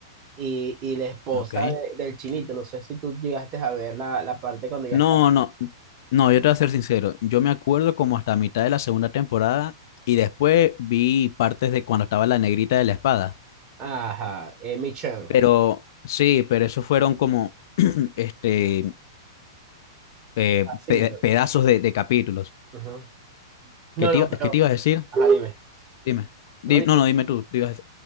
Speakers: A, on the right; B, on the left.
A: y, y la esposa
B: Ok.
A: de- del chinito. No sé si tú llegaste a ver la, la parte cuando ya
B: No,
A: está.
B: no, no, yo te voy a ser sincero. Yo me acuerdo como hasta mitad de la segunda temporada y después vi partes de cuando estaba la negrita de la espada.
A: Ajá, eh, Michan.
B: Pero sí, pero eso fueron como <clears throat> este eh,
A: Así.
B: pe-
A: tú.
B: pedazos de, de capítulos.
A: Ajá. No,
B: ¿Qué te,
A: no,
B: iba- qué
A: pero.
B: te ibas a decir?
A: Ajá, dime.
B: Dime. Di-
A: No, dime.
B: no, no, dime tú. te ibas a